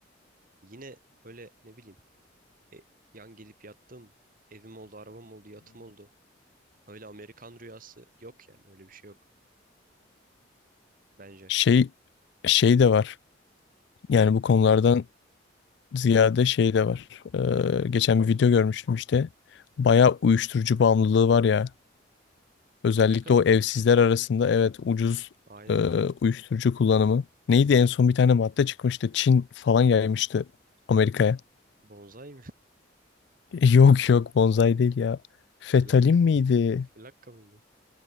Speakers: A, on the right (about 45°); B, on the left (about 65°).
A: yine böyle ne bileyim e, yan gelip yattım evim oldu arabam oldu yatım oldu. Öyle Amerikan rüyası yok yani öyle bir şey yok bence.
B: Şey şey de var. Yani bu konulardan ziyade şey de var. Ee, geçen bir video görmüştüm işte. Bayağı uyuşturucu bağımlılığı var ya. Özellikle
A: Amerika'da
B: o
A: mı?
B: evsizler arasında evet ucuz
A: Aynen
B: e,
A: aynen.
B: uyuşturucu kullanımı. Neydi en son bir tane madde çıkmıştı. Çin falan yaymıştı Amerika'ya.
A: Bonzai
B: <laughs> Yok yok bonsai değil ya. Fetalin
A: Flak,
B: miydi?
A: flakka mıydı?